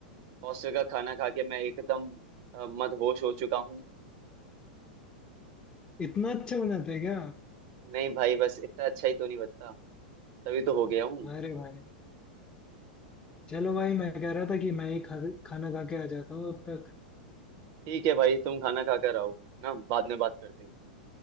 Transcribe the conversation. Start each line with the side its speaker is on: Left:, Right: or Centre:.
Right: हॉस्टल का खाना खा के मैं एकदम अ, मदहोश हो चुका हूँ
Left: इतना अच्छा बनाते हैं क्या
Right: नहीं भाई बस इतना अच्छा ही तो नहीं बता तभी तो हो गया हूँ
Left: अरे भाई चलो भाई मैं कह रहा था कि मैं ही खा, खाना खा के आ जाता हूँ अब तक
Right: ठीक है भाई तुम खाना खा कर आओ ना बाद में बात करते हैं